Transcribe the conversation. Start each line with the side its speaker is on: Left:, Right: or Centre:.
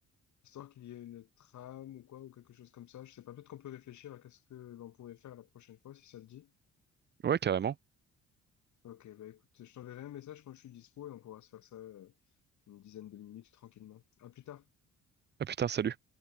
Left: Histoire qu'il y ait une trame ou quoi, ou quelque chose comme ça. Je sais pas, peut-être qu'on peut réfléchir à qu'est-ce que l'on pourrait faire la prochaine fois, si ça te dit.
Right: Ouais, carrément.
Left: Ok, bah écoute, je t'enverrai un message quand je suis dispo et on pourra se faire ça euh, une dizaine de minutes tranquillement. À plus tard.
Right: Ah putain, salut.